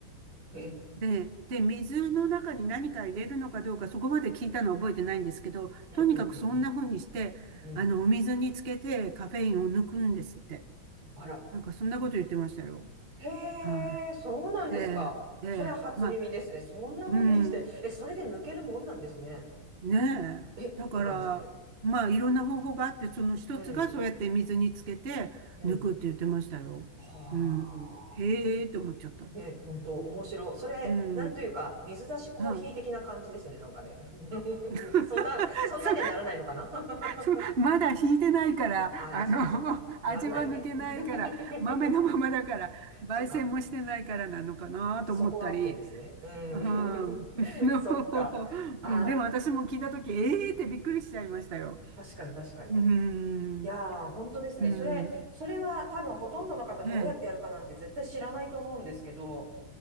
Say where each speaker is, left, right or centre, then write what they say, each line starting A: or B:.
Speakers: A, on the right (about 80°); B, on the right (about 35°).
A: え、
B: で、で、水の中に何か入れるのかどうか、そこまで聞いたのは覚えてないんですけど、
A: うんうんうん
B: とにかくそんな風にして、
A: うん。うん。
B: あの、お水につけてカフェインを抜くんですって。
A: あら。
B: なんかそんなこと言ってましたよ。
A: へ
B: は
A: え、そうなんですか。
B: い。ええ、
A: それは初耳ですね。
B: ええ、まあ、
A: そんな風にして。
B: うん、
A: え、それで抜けるもんなんですね。
B: ねえ。
A: え、って感じで。
B: だから、まあ、いろんな方法があって、その一つがそうやって水につけて抜くって言ってましたよ。
A: うん。うん。はあ。
B: うん、へえって思っちゃった。
A: ね、本当面白い。
B: うん、
A: それ、
B: うん
A: なんというか、水出しコーヒー的な感じですね。
B: はい。
A: なんかね。<laughs>
B: <laughs> そ
A: そんな、そんなにはならないのかな <laughs>
B: そまだ引いてないから、
A: ああ、
B: あの、
A: そうか、そうか。
B: <laughs>
A: ならないね。
B: 味は抜けないから、
A: <laughs>
B: 豆のままだから、焙煎もしてないからなのかなと思ったり、
A: そっか。そこは OK ですね。うん。
B: は
A: <laughs>
B: い <laughs>
A: そっか。ああ、
B: うんでも私も聞いたとき、ええーってびっくりしちゃいましたよ。
A: 確かに確かに。
B: うん、
A: いやー、本当ですね。
B: うん、
A: それ、それは多分ほとんどの方どうやってやるかなんて絶対知らないと思うんですけど、
B: ええ、